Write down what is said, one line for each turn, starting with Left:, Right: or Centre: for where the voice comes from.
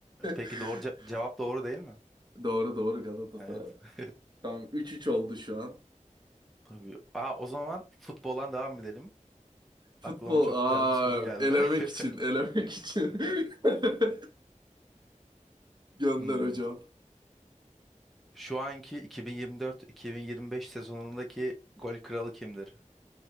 Centre: Peki
Right: <laughs>
Centre: doğru ce- cevap doğru değil mi?
Right: Doğru doğru Galatasaray.
Centre: Evet. <laughs>
Right: Tamam 3-3 oldu şu an.
Centre: Tabii. Aa, o zaman futboldan devam edelim.
Right: Futbol
Centre: Aklıma çok
Right: aa
Centre: güzel bir soru geldi.
Right: elemek
Centre: <laughs>
Right: için elemek için. <laughs> Gönder
Centre: Hmm.
Right: hocam.
Centre: Şu anki 2024-2025 sezonundaki gol kralı kimdir?